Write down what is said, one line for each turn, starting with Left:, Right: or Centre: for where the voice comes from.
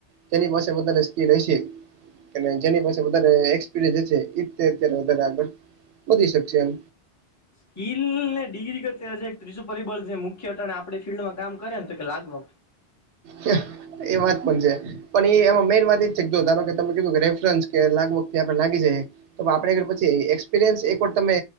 Right: તેની પાસે પોતાની સ્કીલ હશે. જેની પાસે વધારે એક્સપિરિયન્સ વધારે આગળ વધી શકશે એમ.
Left: સ્કીલ ને ડિગ્રી વચ્ચે ત્રીજું પરિબળ જે મુખ્ય છે મુખ્ય તો આપણા ફિલ્ડમાં કામ કરે ને તો કે લાગવો.
Right: હા એ વાત પણ છે. પણ એમાં મેઈન વાત એજ છે જો ધારો કે તને કીધું કે રેફરન્સ કે લાગવગથી આપણે લાગી જઈએ. તો આપણે પછી એક્સપિરિયન્સ એક વાર તમે